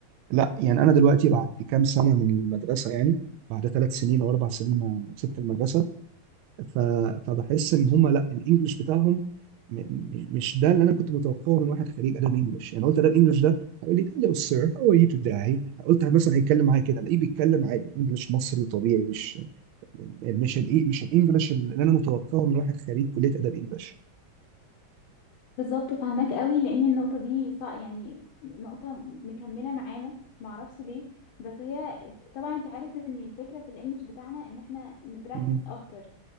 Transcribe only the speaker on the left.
بالظبط فاهماك قوي لان النقطه دي صع... يعني نقطه مكمله معانا معرفش ليه بس هي طبعا انت عارف ان الفكره في الانجليش بتاعنا ان احنا نبراكتس
اكتر